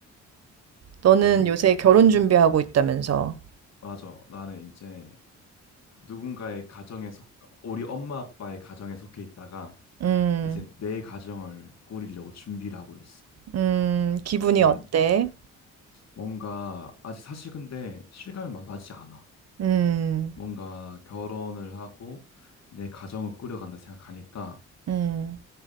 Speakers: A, on the right; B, on the left.
A: 너는
B: 아,
A: 요새
B: 그렇구나.
A: 결혼 준비하고 있다면서.
B: 맞아. 나는 이제 누군가의 가정에 속, 우리 엄마 아빠의 가정에 속해 있다가
A: 음.
B: 이제 내 가정을 꾸리려고 준비를 하고 있어.
A: 음, 기분이
B: 음,
A: 어때?
B: 뭔가, 아직 사실 근데 실감이 막 나지 않아.
A: 음,
B: 뭔가 결혼을 하고 내 가정을 꾸려간다 생각하니까
A: 음,